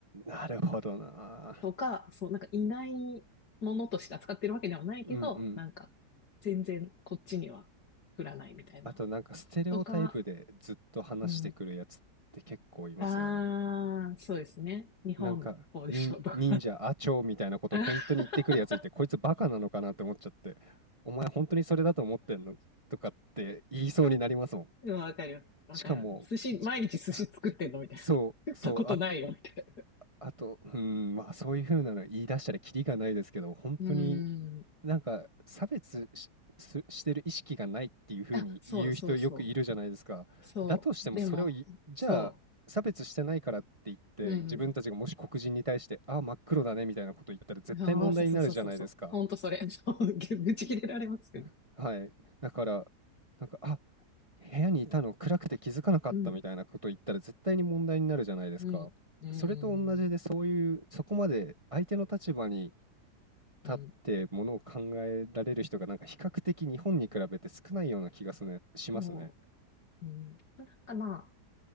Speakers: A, on the right (about 20°); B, on the left (about 70°).
A: なるほどな。
B: とか、そう、なんかいないものとして扱ってるわけではないけど、
A: うんうん。
B: なんか全然こっちには降らないみたいな。
A: あとなんかステレオタイプでずっと話してくるやつって結構いますよね。
B: とか、うん。ああ、そうですね。日本、
A: なんか、
B: こうでしょうとか。
A: 忍忍者、アチョみたいなことを本当に言ってくるやついて、
B: <laughs>
A: こいつバカなのかなって思っちゃって、お前本当にそれだと思ってんのとかって言いそうになりますもん。
B: でもわかるよ。わかるよ。
A: しかも、
B: 寿司、
A: じ
B: 毎日寿司作ってんのみたいな。
A: <laughs> そう、
B: 食ったことないよ、
A: そう、あと、
B: みたい
A: あと、うん、まあそういう風なの言い出したらキリがないですけど、本当に
B: な。うん。
A: なんか、差別しすしてる意識がないっていう風に言う人よくいるじゃないですか。
B: あ、そうそうそう。そう。
A: だとしてもそれをいじゃあ、
B: でも、そ
A: 差別してないからって言って、
B: う。うん。
A: 自分たちがもし黒人に対して、ああ、真っ黒だねみたいなこと言ったら絶対問題になるじゃないですか。
B: ああ、そうそうそうそうそう。ほんとそれ。<laughs> ち愚痴切れられますよね。
A: <laughs> はい。だから、なんか、あ、部屋にいたの暗くて気づかなかったみたいなこと言ったら絶対に問題になるじゃないですか。
B: うん、うん、うん、
A: それと同じで、そういう、そこまで相手の立場に立ってものを考えられる人がなんか比較的日本に比べて少ないような気がすね、
B: うん、
A: しますね。
B: そう、うん。なんかまあ、